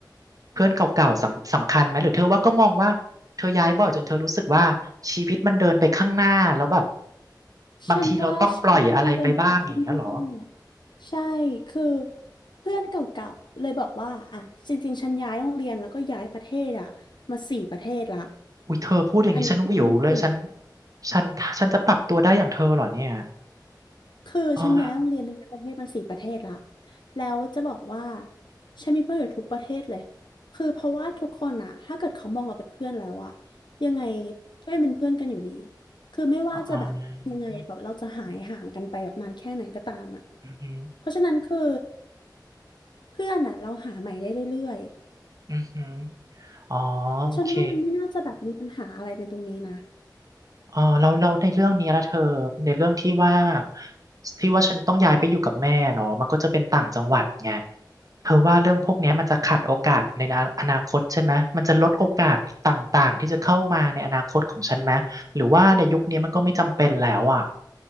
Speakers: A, on the right; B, on the left.
A: เพื่อนเก่าๆสำสำคัญไหมหรือเธอว่าก็มองว่าเธอย้ายบ่อยจนเธอรู้สึกว่าชีวิตมันเดินไปข้างหน้าแล้วแบบบางทีเราต้องปล่อยอะไรไปบ้างอย่างเงี้ยเหรอ
B: ฉันว่าชีวิตมันเดินไปข้างหน้าใช่ คือเพื่อนเก่าๆเลยบอกว่าอ่ะจริงๆฉันย้ายโรงเรียนแล้วก็ย้ายประเทศอะมาสี่ประเทศละ
A: อุ้ยเธอพูดอย่างนี้ฉันวิวเลยฉัน
B: อันนี้คือเรื่องจริง
A: ฉันฉันจะปรับตัวได้อย่างเธอเหรอเนี่ย
B: คือฉันย้ายโรงเรียนในประเทศมาสี่ประเทศละ
A: อ๋อ
B: แล้วจะบอกว่าฉันมีเพื่อนอยู่ทุกประเทศเลย คือเพราะว่าทุกคนอะถ้าเกิดเขามองเราเป็นเพื่อนแล้วอะยังไงก็ยังเป็นเพื่อนกันอยู่ดี คือไม่ว่าจะแบบยังไงแบบเราจะหายห่างกันไปแบบนานแค่ไหนก็ตามอะ
A: อ๋ออ๋ออือหือ
B: เพราะฉะนั้นคือเพื่อนอะเราหาใหม่ได้เรื่อย
A: อือหืออ๋อ
B: ๆฉันว่ามันไม่น่าจะแบบมีปัญหาอะไรในตรงนี้นะ
A: โอเค เออเราเราในเรื่องเนี้ยละเธอในเรื่องที่ว่าที่ว่าฉันต้องย้ายไปอยู่กับแม่เนาะมันก็จะเป็นต่างจังหวัดไงเธอว่าเรื่องพวกเนี้ยมันจะขัดโอกาสในอนาอนาคตใช่ไหมมันจะลดโอกาสต่างๆที่จะเข้ามาในอนาคตของฉันไหมหรือว่าในยุคนี้มันก็ไม่จำเป็นแล้วอ่ะ